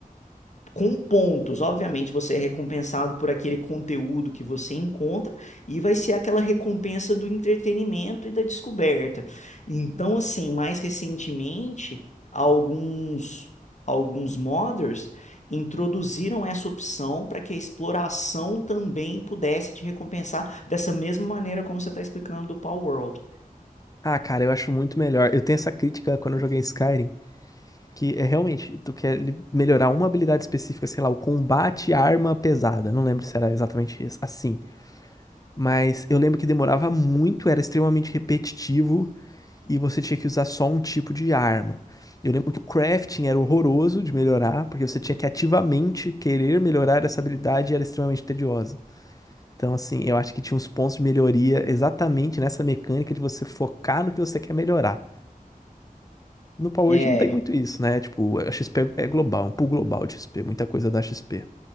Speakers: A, on the left (about 55°); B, on the left (about 25°).
A: com pontos. Obviamente, você é recompensado por aquele conteúdo que você encontra e vai ser aquela recompensa do entretenimento e da descoberta. Então, assim, mais recentemente, alguns alguns modders introduziram essa opção para que a exploração também pudesse te recompensar dessa mesma maneira como você está explicando do Power World.
B: Ah, cara, eu acho muito melhor. Eu tenho essa crítica quando eu joguei Skyrim, que é realmente, tu quer li- melhorar uma habilidade específica, sei lá, o combate à arma pesada. Não lembro se era exatamente isso, assim. Mas eu lembro que demorava muito, era extremamente repetitivo e você tinha que usar só um tipo de arma. Eu lembro que o crafting era horroroso de melhorar, porque você tinha que ativamente querer melhorar essa habilidade e era extremamente tediosa. Então, assim, eu acho que tinha uns pontos de melhoria exatamente nessa mecânica de você focar no que você quer melhorar. No Power
A: É.
B: Word não tem muito isso, né? Tipo, a XP é global, é um pool global de XP, muita coisa da XP.